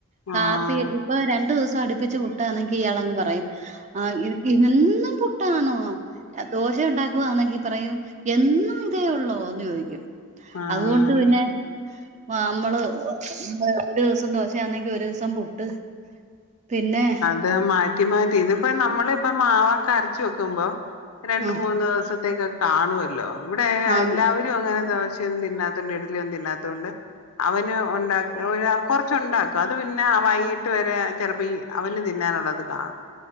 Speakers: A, on the right (about 30°); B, on the left (about 70°).
A: കാപ്പി.
B: ആഹ്
A: ഇപ്പൊ രണ്ടു ദിവസമടുപ്പിച്ചു പുട്ടാണെങ്കിൽ ഇയാളങ്ങു പറയും ആഹ് ഇനിക്കി ഇതെന്നും പുട്ടാണോ ദോശയുണ്ടാക്കുകയാണെങ്കിൽ പറയും, എന്നു മിതേയുള്ളോന്ന് ചോയിക്കും.
B: ആഹ്
A: അതോണ്ട് പിന്നെ ആഹ്, നമ്മള് ഒരു ദിവസം ദോശയാണെങ്കിൽ ഒരു ദിവസം പുട്ട് പിന്നെ
B: അത് മാറ്റി മാറ്റി ഇതിപ്പോ നമ്മളിപ്പംമാവൊക്കെയരച്ചുവെക്കുമ്പംരണ്ടുമൂന്നു
A: ആ
B: ദിവസ സത്തേക്കു കാണുല്ലോ ഇവിടെയെല്ലാവരുമങ്ങനെ
A: ആന്ന്
B: ദോശയൊന്നും തിന്നാത്തകൊണ്ട് ഇഡ്ഡലിയൊന്നും തിന്നാത്ത കൊണ്ട് അവന് ഉണ്ടാക്കും കൊറച്ചുണ്ടാക്കു അതുപിന്നെ വൈകിട്ടുവരെ ചെലപ്പോ ഈ അവനുതിന്നാനുള്ളതു കാണും